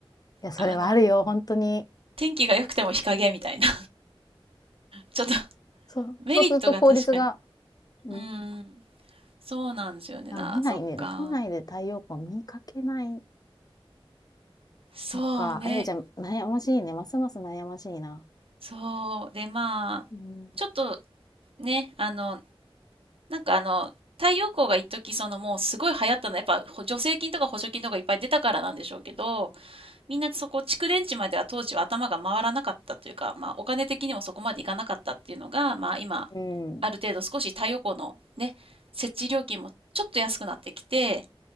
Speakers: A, on the left; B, on the right.
A: いや、それはあるよ、
B: あの、
A: ほんとに。
B: 天気が良くても日陰みたいな。ちょっと <laughs>
A: そう、
B: メリットが確かに。
A: そうすると効率が、うん。
B: うん。そうなんですよね。
A: あ、
B: なそっか。
A: 見ないね。都内で太陽光見かけない。
B: そうね。
A: そっか。えー、じゃあ、悩ましいね。ますます悩ましいな。
B: そう。で、まあ、
A: うん。
B: ちょっとね、あの、なんかあの、太陽光が一時そのもうすごい流行ったのはやっぱほ助成金とか補助金とかいっぱい出たからなんでしょうけどみんなそこ蓄電池までは当時は頭が回らなかったというか、まあ、お金的にもそこまでいかなかったっていうのが、まあ、今
A: うん。
B: ある程度少し太陽光のね設置料金もちょっと安くなってきて